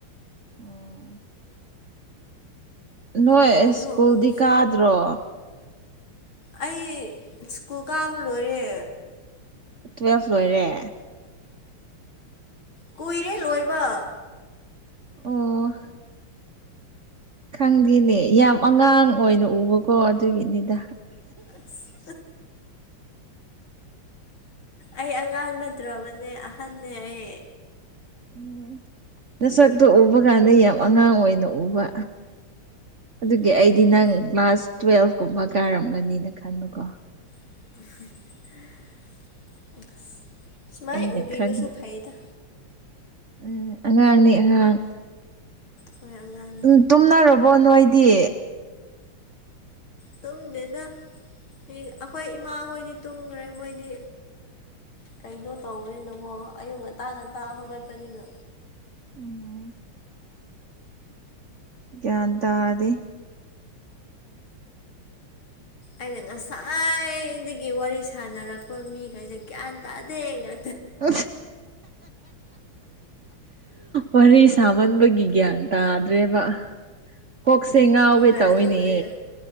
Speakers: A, on the right (about 45°); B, on the left (about 70°).
A: ꯑꯣ ꯅꯣꯏ
B: ꯅꯣꯡꯁꯨ
A: ꯁ꯭ꯀꯨꯜꯗꯤ
B: ꯑꯃꯨꯛ
A: ꯀꯥꯗ꯭ꯔꯣ
B: ꯑꯩ ꯁ꯭ꯀꯨꯜ ꯀꯥꯕ ꯂꯣꯏꯔꯦ
A: ꯇꯨꯋꯦꯜꯐ ꯂꯣꯏꯔꯦ
B: ꯀꯨꯏꯔꯦ ꯂꯣꯏꯕ
A: ꯑꯣ ꯈꯪꯗꯦꯅꯦ ꯌꯥꯝ ꯑꯉꯥꯡ ꯑꯣꯏꯅ ꯎꯕꯀꯣ ꯑꯗꯨꯒꯤꯅꯤꯗ
B: ꯑꯁ ꯑꯩ ꯑꯉꯥꯡꯅ ꯠꯇ꯭ꯔꯕꯅꯦ ꯑꯍꯟꯅꯦ ꯑꯩ
A: ꯎꯝ ꯅꯁꯛꯇꯣ ꯎꯕ ꯀꯥꯟꯗ ꯌꯥꯝ ꯑꯉꯥꯡ ꯑꯣꯏꯅ ꯎꯕ ꯑꯗꯨꯒꯤ
B: ꯑꯣ
A: ꯑꯩꯗꯤ ꯅꯪ ꯀ꯭ꯂꯥꯁ ꯇꯨꯋꯦꯜꯐ ꯀꯨꯝꯕ ꯀꯥꯏꯔꯝꯒꯅꯤꯅ ꯈꯟꯕꯀꯣ
B: <inaudible>
A: ꯑꯩꯅ
B: ꯎꯕꯤꯕꯁꯨ
A: ꯈꯪ
B: ꯐꯩꯗ
A: ꯎ ꯑꯉꯥꯡꯅꯦ ꯑꯉꯥꯡ
B: ꯍꯣꯏ ꯑꯉꯥꯡꯅꯦ
A: ꯎꯝ ꯇꯨꯝꯅꯔꯕꯣ ꯅꯣꯏꯗꯤ
B: ꯇꯝ ꯗꯦꯗ ꯑꯩꯈꯣꯏ ꯏꯃꯥꯈꯣꯏꯗꯤ ꯇꯨꯝꯈ꯭ꯔꯦ ꯃꯣꯏꯗꯤ ꯀꯩꯗꯣ ꯇꯧꯕꯔꯤꯅꯣꯕꯣ ꯑꯌꯨꯛ ꯉꯟꯇꯥ ꯉꯟꯇꯥ ꯍꯧꯒꯠꯄꯅꯤꯅ
A: ꯑꯣ ꯀꯗꯗ
B: ꯑꯩꯅ ꯉꯁꯥꯏꯗꯒꯤ ꯋꯥꯔꯤ ꯁꯥꯟꯅꯔꯛꯄ ꯃꯤꯈꯩꯁꯦ ꯒ꯭ꯌꯥꯟ ꯇꯥꯗꯦ ꯉ
A: ꯎ ꯋꯥꯔꯤ ꯁꯥꯃꯟꯕꯒꯤ ꯒ꯭ꯌꯥꯟ ꯇꯥꯗ꯭ꯔꯦꯕ ꯀꯣꯛꯁꯦ ꯉꯥꯎꯒꯦ
B: ꯍꯣꯏ
A: ꯇꯧꯤꯅꯦ
B: ꯑꯗꯨꯕꯨꯗꯤ